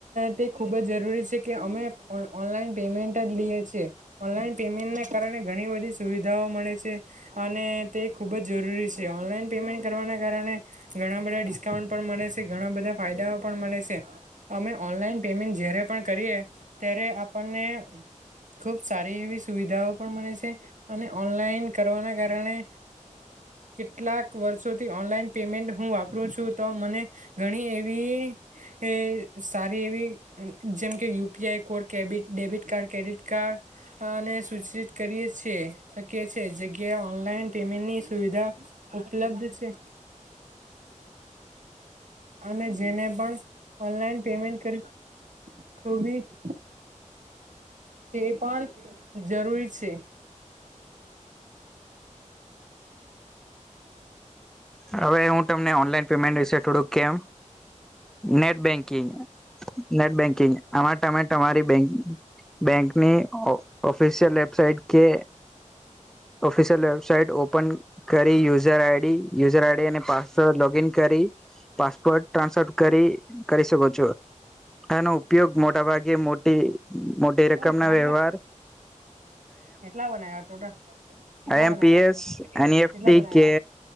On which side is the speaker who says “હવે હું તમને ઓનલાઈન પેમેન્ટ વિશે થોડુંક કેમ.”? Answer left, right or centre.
Centre